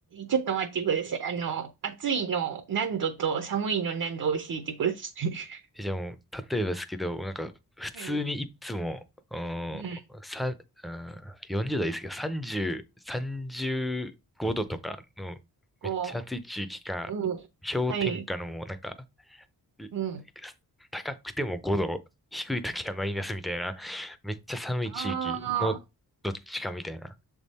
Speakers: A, on the right (about 60°); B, in the centre.
A: ちょっと待ってください。あの、暑いの何度と寒いの何度を教えてください。<laughs>
B: えじゃあもう、例えばですけど、なんか、普通にいつも、
A: はい。
B: うーん、
A: うん。
B: さん、うん、40代はいいですけど、30、35度とかの、
A: こ
B: めっちゃ暑い地域か、
A: う、うん。
B: 氷点下のもうなんか、
A: はい。
B: う
A: うん。
B: 高くても5度、低い時はマイナスみたいな、めっちゃ寒い地域のどっちかみたいな
A: ああ、